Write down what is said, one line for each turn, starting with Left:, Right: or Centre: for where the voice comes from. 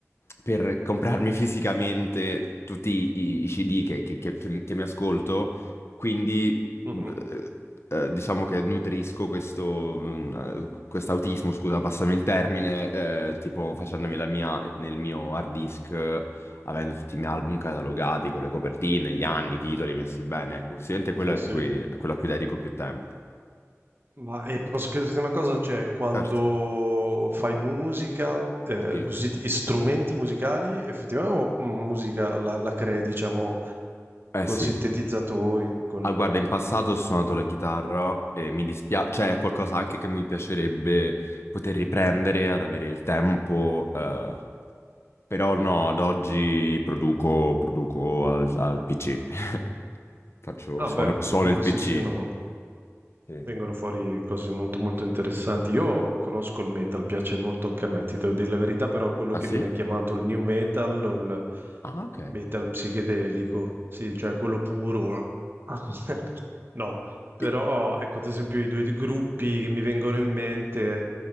Left: per comprarmi fisicamente tutti i, i CD che che- che- che mi che mi ascolto, quindi
Right: Mh-mh.
Left: eh, eh, diciamo che nutrisco questo, mh, eh, quest'autismo, scusa, passami il termine, eh, tipo facendomi la mia nel mio hard disk, eh, avendo tutti i miei album catalogati, con le copertine, gli anni, i titoli messi bene, ecco, sicuramente quello
Right: Sì,
Left: è
Right: sì.
Left: cui- è quello a cui dedico più tempo.
Right: Ma e posso chiederti una cosa? Cioè, quando
Left: Certo.
Right: fai musica, eh,
Left: Sì.
Right: usi di- strumenti musicali effettivamente o mm, musica la, la crei, diciamo,
Left: Eh
Right: con
Left: sì,
Right: sintetizzatori? Con...
Left: ah guarda, in passato ho suonato la chitarra e mi dispiace, cioè è qualcosa anche che mi piacerebbe poter riprendere ad avere il tempo. eh. Però no, ad oggi
Right: Mhm.
Left: produco, produco al, al PC. <laughs> Faccio,
Right: Ah,
Left: suono,
Right: beh,
Left: suono
Right: comunque
Left: il PC.
Right: sì, sì, no.
Left: Sì.
Right: Vengono fuori cose molto molto interessanti. Io conosco il metal, piace molto anche a me, ti devo dire la verità, però quello
Left: Ah
Right: che
Left: sì?
Right: viene chiamato il new metal o il
Left: Ah, ok.
Right: metal psichedelico, sì, cioè quello puro. Ah. <laughs> No, però
Left: E-
Right: ecco, ad esempio i due gruppi che mi vengono in mente